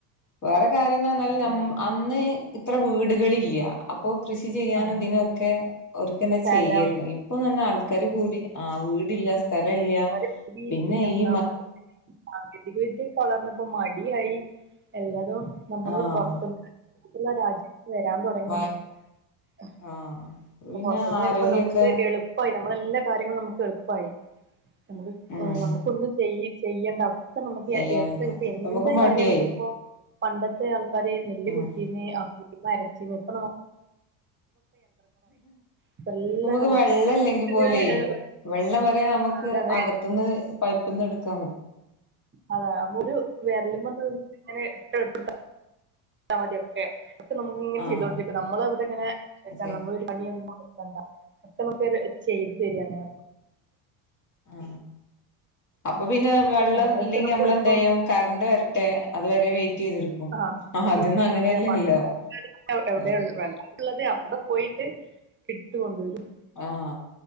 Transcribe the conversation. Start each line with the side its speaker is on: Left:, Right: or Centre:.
Left: വേറെ കാര്യംന്ന് പർഞ്ഞാല് നമ്
Right: അതെ
Left: അന്ന് ഇത്ര വീടുകളില്ല. അപ്പോ കൃഷി ചെയ്യാനും
Right: ആ
Left: ഇതിനൊക്കെ ഓര്ക്കെന്നെ
Right: സ്ഥലം
Left: ചെയ്യാരുന്നു ഇ ഇപ്പൊതന്നെ ആൾക്കാര് കൂടി ആ വീടില്ല സ്ഥലല്ല
Right: ആൾക്കാര് കൂടി
Left: പിന്നെ
Right: ഒന്നാമത്
Left: ഈ
Right: സാങ്കേതിക വിദ്യ വളർന്നപ്പോ മടിയായി എല്ലതും. നമ്മള്
Left: ആഹ്
Right: പൊറത്തുന്ന് <unintelligible> വരാൻ തുടങ്ങി.
Left: വായ്
Right: അ
Left: ആഹ് പിന്നെ
Right: പൊത്ത്ന്ന്
Left: ആരോഗ്യൊക്കെ
Right: വരുമ്പോ നമുക്ക് എളുപായി നമ്മളെ എല്ലാ കാര്യങ്ങളും നമുക്ക് എളുപ്പായി. നമുക്ക്
Left: ഉം
Right: നമുക്ക് ഒന്നും ചെയ് ചെയ്യണ്ട. ഇപ്പ നമുക്ക്
Left: ശരിയാവില്ല
Right: ഒക്കെ ഇപ്പൊ
Left: അപ്പൊ
Right: എന്തൊരു
Left: നമുക്ക് മടിയായി
Right: കാര്യമാണെങ്കിലും ഇപ്പോ. പണ്ടത്തെ ആൾക്കാര് നെല്ല്
Left: ഉം
Right: കുത്തിന്ന് അമ്മിമെല് അരച്ചീന്ന് ഇപ്പ ന ഇപ്പ എല്ലാം
Left: നമ്മ ക്ക്
Right: നമുക്ക്
Left: വെള്ളല്ലെങ്കി പോലോ.
Right: ഇങ്ങനെ ഏഹ്
Left: വെള്ളം വരെ നമുക്ക്
Right: ഇതാണ്
Left: അകത്ത്ന്ന് പൈപ്പ്ന്ന് എടുക്കാ.
Right: അതെ ഒരു വരലിമന്. ഇങ്ങനെ <unintelligible> <unintelligible>
Left: ആഹ്
Right: നമ്മള് ഇവടൊ ഇങ്ങനെ നിക്കാ
Left: ശരി
Right: പണിയൊന്നും എടുക്കണ്ട ഒക്കെ നമുക്ക് ചെയ്തു തരണ്.
Left: ആ അപ്പൊ പിന്നെ. വെള്ളം
Right: അതൊക്കെ
Left: ഇല്ലെങ്കി
Right: നമുക്ക്
Left: നമ്മളെന്ത്
Right: എളുപ്പം
Left: ചെയ്യും കറണ്ട് വരട്ടെ അതുവരെ വെയിറ്റ് ചെയ്തിരിക്കും.
Right: ആ
Left: ആഹ് അതൊന്നും
Right: <unintelligible>
Left: അങ്ങനെയല്ലല്ലോ
Right: എവിടെ
Left: ആഹ്
Right: വെള്ളം ഉള്ളത് അവിടെ പോയിട്ട് ഇടുത്ത് കൊണ്ടുവരും.
Left: ആഹ